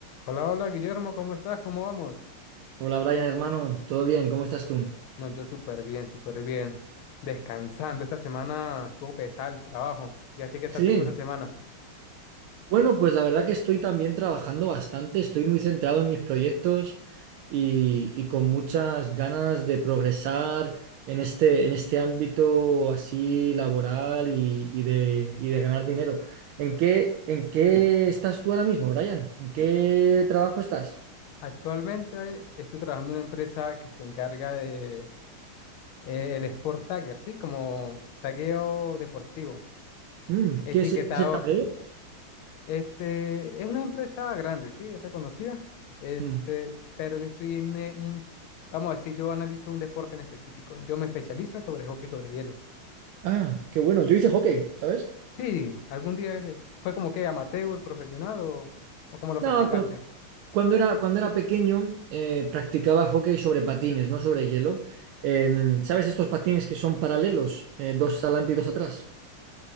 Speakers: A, on the left (about 80°); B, on the right (about 80°).
A: Hola, hola Guillermo, ¿cómo estás? ¿Cómo vamos?
B: Hola Brian, hermano, ¿todo bien? ¿Cómo estás tú?
A: No, yo súper bien, súper bien. Descansando, esta semana estuvo pesado el trabajo. ¿Y a ti qué tal
B: Sí,
A: te fue esta semana?
B: bueno, pues la verdad que estoy también trabajando bastante, estoy muy centrado en mis proyectos y, y con muchas ganas de progresar en este, en este ámbito así laboral y, y de, y de ganar dinero. ¿En qué, en qué estás tú ahora mismo, Brian? ¿En qué trabajo estás?
A: Actualmente estoy trabajando en una empresa que se encarga de eh, el Sport Tagger, ¿sí? Como tagueo deportivo,
B: Mm,
A: etiquetador.
B: ¿qué es el, qué es el tadeo?
A: Este, es una empresa grande, ¿sí? Es reconocida. Este,
B: Mm.
A: pero yo estoy en eh, un, vamos a decir, yo analizo un deporte en específico. Yo me especializo sobre hockey sobre hielo.
B: Ah, qué bueno, yo hice hockey, ¿sabes?
A: Sí, algún día que- fue como que amateur, profesional o, o cómo lo
B: No,
A: practicaste.
B: cu- cuando era, cuando era pequeño eh, practicaba hockey sobre patines, no sobre hielo. Em, ¿sabes estos patines que son paralelos? Eh, dos adelante y dos atrás.